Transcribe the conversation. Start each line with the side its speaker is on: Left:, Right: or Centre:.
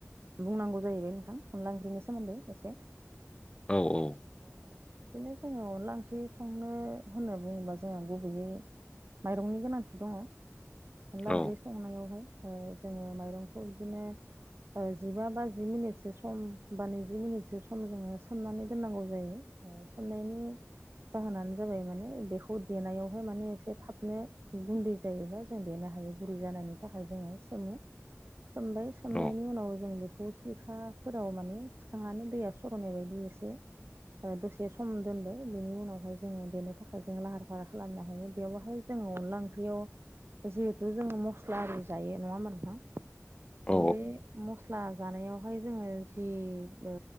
Right: बुंनांगौ जाहैबाय नोंथां अनला ओंख्रिनि सोमोन्दै एसे
Left: औ औ
Right: बिदिनो जोङो अनला ओंख्रि संनो होनना बुङोबा जोंहा गुबैयै माइरंनि गोनांथि दङ अनला
Left: औ
Right: ओंख्रि संनायावहाय ओ जोङो माइरंखौ बिदिनो जिबा बा जि मिनिटसो सम बा नैजि मिनिटसो सम जोङो सोमनानै दोननांगौ जायो सोंनायनि जाहोनानो जाबाय माने बेखौ देनायावहाय माने एसे थाबनो गुन्दै जायोबा जों देनो हायै बुरै जानायनि थाखाय जोङो सोमो सोमबाय सोमनायनि
Left: औ
Right: उनाव जों बे फुदखेखाफोराव माने थिखांनानै दैया सर'नाय बायदि एसे दसे सम दोनबाय बेनि उनावहाय जोङो देनो थाखाय जों लाहार फाहार खालामनो हायो बेवहाय जोङो अनला ओंख्रियाव जिहेथु जोङो मस्ला आरि जायो नङा होमबा नोंथां
Left: औ
Right: उम बे मस स्ला जानायावहाय जोङो जि ओ